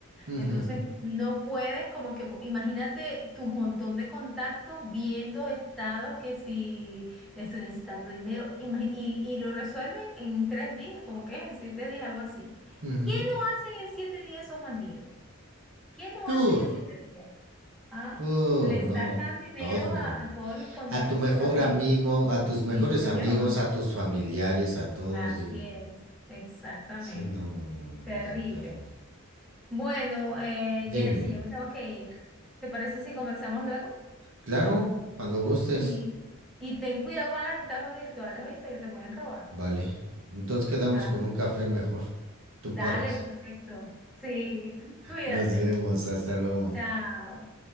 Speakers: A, on the right (about 65°); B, in the centre.
A: ujú,
B: Entonces, no puedes como que, imagínate tu montón de contactos viendo estados que si le estoy necesitando dinero, imagi- y, y lo resuelven en tres días, como que en siete días, algo así.
A: ujú.
B: ¿Qué no hacen en siete días esos bandidos? ¿Qué no
A: Tú,
B: hacen en siete días? ¿Ah?
A: uh,
B: Le
A: no,
B: sacan dinero
A: todo.
B: a, a todos los contactos
A: a tu mejor
B: que no tengan.
A: amigo, a tus mejores
B: Sí, señor.
A: amigos, a tus familiares, a todos
B: Así
A: y...
B: es, exactamente.
A: Sí, no, no, no, no,
B: Terrible.
A: no es un terror.
B: Bueno, eh,
A: Dime.
B: Jersey, yo me tengo que ir. ¿Te parece si conversamos luego?
A: Claro, cuando gustes.
B: Y, y ten cuidado con las estafas virtuales, ¿viste? Que te pueden robar.
A: Vale. Entonces quedamos
B: Ah,
A: con
B: ok.
A: un café mejor. Tú
B: Dale,
A: pagas.
B: perfecto. Sí, <laughs> cuídate.
A: Nos vemos, hasta luego.
B: Chao.